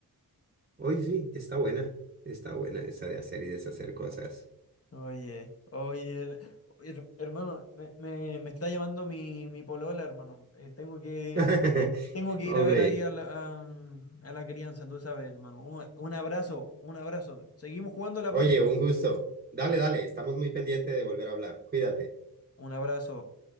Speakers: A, on the right (about 25°); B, on the left (about 40°).
A: Oye, sí, está buena. Está buena esa de hacer y deshacer cosas.
B: Oye, oye, her- hermano, me, me- me está llamando mi, mi polola, hermano. Eh, tengo que,
A: <laughs>
B: tengo que
A: Hombre,
B: ir a ver ahí a la, a, a la crianza, tú sabes, hermano. Un, un abrazo, un abrazo. Seguimos jugando a la
A: oye,
B: próxima.
A: un gusto. Dale, dale, estamos muy pendientes de volver a hablar. Cuídate.
B: Un abrazo.